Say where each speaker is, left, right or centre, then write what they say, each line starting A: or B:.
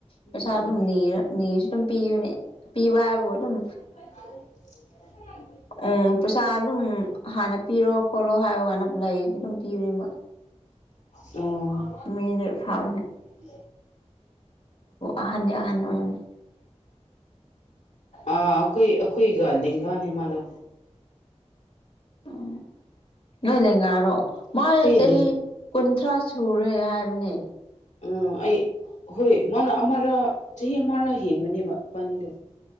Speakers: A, on the left (about 55°); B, on the left (about 90°).
A: ꯄꯩꯁꯥ
B: ꯎꯝ
A: ꯑꯗꯨꯝ ꯅꯤꯔ ꯅꯤꯁꯨ ꯑꯗꯨꯝ ꯄꯤꯕꯅꯦ ꯄꯤꯕ ꯍꯥꯏꯕꯕꯨ ꯑꯗꯨꯝ
B: ꯍꯣꯏ
A: ꯎꯝ ꯄꯩꯁꯥ ꯑꯗꯨꯝ ꯍꯥꯟꯅ ꯄꯤꯔꯣ ꯈꯣꯠꯂꯣ ꯍꯥꯏꯕ ꯀꯥꯟꯗ ꯂꯥꯏꯔꯤꯛꯇ ꯑꯗꯨꯝ ꯄꯤꯕꯅꯦꯕ
B: ꯎꯝ
A: ꯃꯤ ꯗꯤ ꯐꯥꯕꯅꯦ
B: <inaudible>
A: ꯑꯍꯟꯗꯤ ꯑꯍꯟ ꯑꯣꯏꯕꯅꯦ
B: ꯑꯥ ꯑꯩꯈꯣꯏ ꯑꯩꯈꯣꯏꯒ ꯅꯤꯡꯒꯥꯅꯤꯃꯥꯗ
A: ꯎꯝ ꯂꯦꯂꯒꯥꯔꯣ
B: ꯑꯩꯈꯣꯏ
A: ꯃꯣꯏ ꯆꯍꯤ
B: ꯂꯩ
A: ꯀꯨꯟꯊ꯭ꯔꯥ ꯁꯨꯔꯦ ꯍꯥꯏꯕꯅꯦ
B: ꯎꯝ ꯑꯩ ꯍꯣꯏ ꯃꯥꯅ ꯑꯃꯔ ꯆꯍꯤ ꯑꯃꯔꯥ ꯍꯦꯟꯕꯅꯦꯕ ꯄꯕꯥꯥꯅꯤꯗꯣ